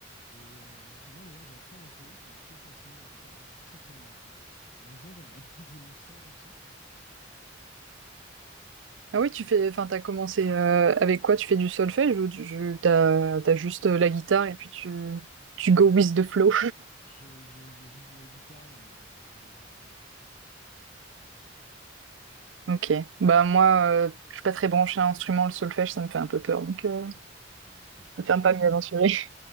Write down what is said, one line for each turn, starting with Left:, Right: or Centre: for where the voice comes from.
Left: et, euh, et moi, d'ailleurs, j'ai appris à en jouer. Ça m'a toujours fasciné, la guitare. Bon, je suis très, très nul, hein, mais euh, un jour, j'aimerais <laughs> bien devenir fort là-dessus.
Right: Ah oui, tu fais enfin t'as commencé euh, avec quoi? Tu fais du solfège ou tu tu- t'as t'as juste euh, la guitare et puis tu tu
Left: Ouais,
Right: go
Left: euh,
Right: with the flow?
Left: je, je- j'ai juste de la guitare, mais euh, c'est très léger, quoi.
Right: Ok. Bah moi, euh, je suis pas très branchée à l'instrument, le solfège, ça me fait un peu peur, donc euh,
Left: Ouais, je comprends.
Right: je préfère pas m'y aventurer.